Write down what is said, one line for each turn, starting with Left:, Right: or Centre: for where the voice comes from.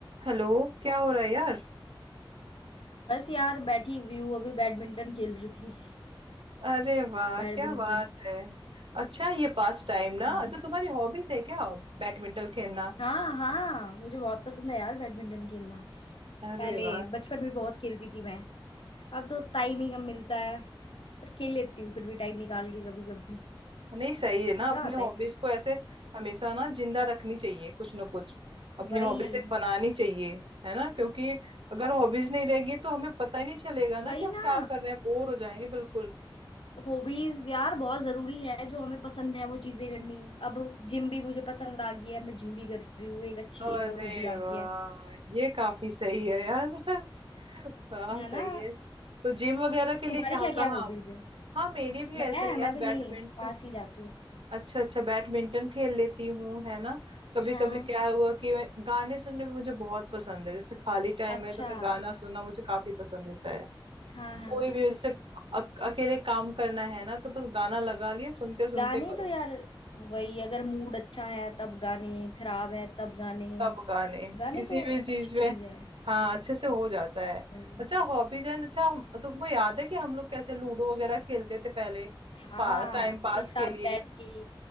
Right: Hello क्या हो रहा है यार
Left: बस यार बैठी हुई हूँ अभी बैडमिंटन खेल रही थी
Right: अरे वाह
Left: बैडमिंटन
Right: क्या बात है अच्छा ये पास टाइम
Left: हाँ
Right: ना अच्छा तुम्हारी हॉबीज है क्या बैडमिंटन खेलना
Left: हाँ हाँ मुझे बहुत पसंद है यार बैडमिंटन खेलना
Right: अरे
Left: पहले
Right: वाह
Left: बचपन में बहुत खेलती थी मैं अब तो
Right: हाँ,
Left: टाइम ही कम मिलता है पर खेल लेती हूँ फिर भी टाइम निकाल के कभी कभी
Right: नहीं सही है ना
Left: मजा
Right: अपनी
Left: आता
Right: हॉबीज
Left: है खेल
Right: को ऐसे हमेशा ना जिंदा रखनी चाहिए कुछ ना कुछ अपनी
Left: वही
Right: हॉबीज एक बनानी चाहिए है ना क्योंकि अगर हॉबीज नहीं रहेगी तो हमें पता ही नहीं चलेगा ना
Left: वही
Right: कि हम
Left: ना
Right: क्या कर रहे हैं बोर हो जाएंगे बिल्कुल
Left: हॉबीज यार बहुत जरूरी है जो हमें पसंद है वो चीजें करनी अब जिम भी मुझे पसंद आ गई है मैं जिम भी कर रही हूँ एक अच्छी
Right: अरे
Left: एक और हॉबी
Right: वाह
Left: आ गई है
Right: ये काफी सही है यार <laughs> हाँ
Left: है
Right: सही
Left: ना
Right: है तो जिम वगैरह के लिए
Left: तुम्हारी
Right: कहाँ
Left: क्या
Right: कहाँ
Left: क्या हॉबीज है
Right: हाँ मेरी भी
Left: मैं
Right: ऐसे ही
Left: मैं
Right: यार
Left: तो
Right: बैडमिंटन
Left: यही पास ही जाती हूँ
Right: अच्छा अच्छा बैडमिंटन खेल लेती हूँ है ना कभी
Left: हाँ
Right: कभी क्या हुआ कि मैं गाने सुनने भी मुझे बहुत पसंद है जैसे खाली टाइम
Left: अच्छा
Right: है तो मैं गाना सुनना मुझे काफी पसंद होता है
Left: हाँ हाँ
Right: कोई भी जैसे अक- अकेले काम करना है ना तो बस गाना लगा लिया सुनते सुनते
Left: गाने
Right: करो
Left: तो यार वही अगर मूड अच्छा है तब गाने खराब है तब गाने
Right: सब गाने
Left: गाने
Right: किसी
Left: तो
Right: भी
Left: अच्छी
Right: चीज में
Left: चीज है
Right: हाँ अच्छे से हो जाता है
Left: वही
Right: अच्छा हॉबीज है अच्छा हम- तुमको याद है कि हम लोग कैसे लूडो वगैरह खेलते थे पहले
Left: हाँ
Right: पा, टाइम पास
Left: एक साथ
Right: के लिए
Left: बैठ के